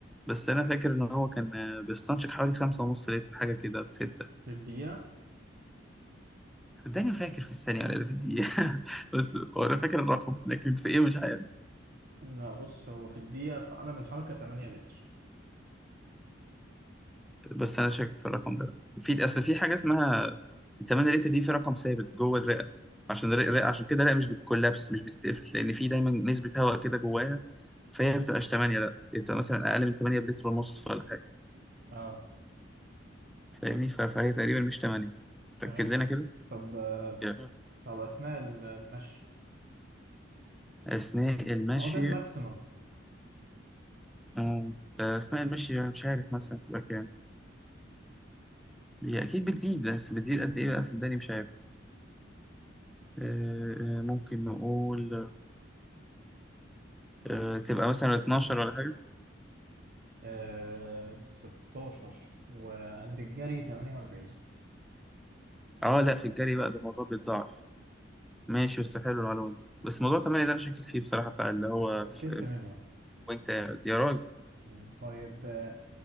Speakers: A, in the centre; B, on the right.
A: بس انا فاكر ان هو كان آه، بيستنشق حوالي خمسة ونص لتر حاجة كده في ستة
B: في الدقيقة
A: صدقني ما فاكر في الثانية ولا في الدقيقة <laughs> بس هو انا فاكر الرقم لكن في ايه مش عارف
B: لا بص هو في الدقيقة في عدم الحركة 8 لتر
A: بس انا شاكك في الرقم ده في اصل في حاجه اسمها التمانية ريت دي في رقم ثابت جوه الرئه عشان الرئه الرئة- عشان كده الرئه مش بتكولابس مش بتتقفل لان في دايما نسبه هواء كده جواها فهي ما بتبقاش 8 لا هي بتبقى مثلا اقل من 8 بلتر ونص ولا حاجه
B: اه
A: فاهمني ف- فهي تقريبا مش 8 تاكد
B: 8
A: لنا كده
B: طب آه،
A: يا.
B: طب أثناء ال- المشي
A: اثناء المشي
B: ما هو ده الماكسيمم
A: آه، اثناء المشي يعني مش عارف مثلا تبقى كام هي اكيد بتزيد بس بتزيد قد ايه بقى صدقني مش عارف آه، آه، ممكن نقول آه، تبقى مثلا 12 ولا حاجه
B: آه 16 وعند الجري 48
A: اه لا في الجري بقى ده الموضوع بيتضاعف ماشي بس حلو المعلومة دي بس موضوع تمانية ده أنا شاكك فيه بصراحة بتاع اللي هو
B: اتأكدت
A: في
B: منه
A: في وأنت يا راجل
B: مم. طيب آه،